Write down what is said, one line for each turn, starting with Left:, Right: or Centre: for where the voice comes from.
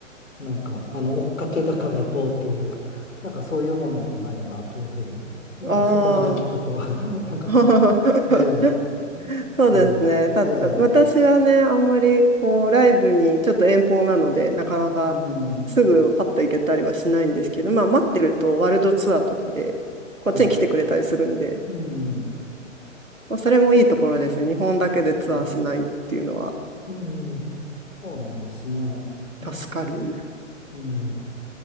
Left: ー、なんか、あの、追っかけだからどうという、なんかそういうもんでもないなというふうに、なんかそこまで聞くと、
Right: あ
Left: <laughs> なんか、
Right: あ、<laughs>
Left: ええ
Right: そうですね。
Left: え
Right: ただ、
Left: えええ
Right: 私はね、あんまりこう、ライブにちょっと遠方なので、なかなかすぐパッと行けたりはしないんですけど、
Left: うん、
Right: まあ待ってるとワールドツアーとかで、
Left: はい、
Right: こっちに来てくれたりするんで、
Left: うん、
Right: まあ、それもいいところですね。日本だけでツアーしないっていうのは
Left: うん、うん、そうなんですね。え
Right: 助かる。
Left: うん。